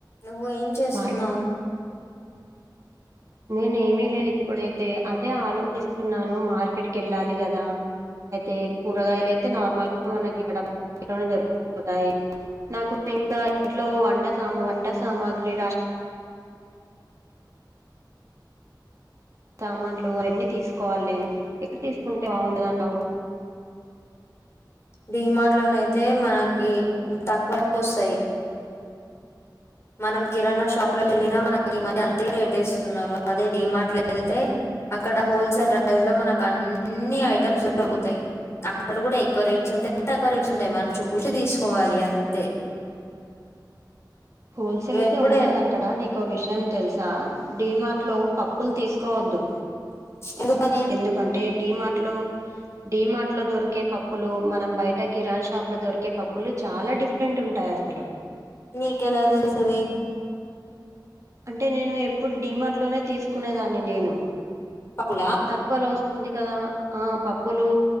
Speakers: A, on the left; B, on the right.
A: నువ్వు ఏం చేస్తున్నావు
B: మార్ నేను ఏమిీ లేదు ఇప్పుడైతే అదే ఆలోచిస్తున్నాను మార్కెట్కి వెళ్ళాలి కదా అయితే కూరగాయలు అయితే నార్మల్గా మనకి ఇ దొరుపోతాయి నాకు ఇంకా ఇంట్లో వంట సా వంట సామాగ్రి రా సామాన్లు అవన్నీ తీసుకోవాలి నేను ఎక్కడ తీసుకుంటే బావుండదండవు
A: డిమార్ట్ లోనయితే మనకి తక్కువరకు వస్తాయి మనం కిరాణా షాప్ లో వెళ్ళినా మనకి ఈ మధ్య అంతే రేట్ ఇస్తున్నారు అదే డిమార్ట్ లో వెళ్తే అక్కడ హోల్సేల్ ప్రైస్ లో మనకు అన్ని ఐటమ్స్ దొరుకుతాయి అక్కడ కూడా ఎక్కువ రేట్స్ ఉంటాయింత తక్కువ రేట్స్ ఉంటాయి మనం చూసి తీసుకోవాలి అంతే
B: హోల్సేల్
A: నువ్వు
B: అయితే
A: ఎప్పుడే
B: ఉంటది అక్కడ నీకు విషయం తెలుసా డడిమార్ట్లో పప్పులు తీసుకోవద్దు
A: ఎందుకని
B: ఎందుకంటే డిమార్ట్ లో డి మార్ట్ లో దొరికే పప్పులు మనం బయట కిరాన్ షాప్ లో దొరికే పప్పులు చాలా డిఫరెంట్ ఉంటాయి అసలు
A: నీకెలా తెలుసు అది
B: అంటే నేను ఎప్పుడు డిీమార్ట్లోనే తీసుకునేదాన్ని నేను
A: పప్పులా
B: తక్కువలో వస్తుంది కదా ఆ పప్పులు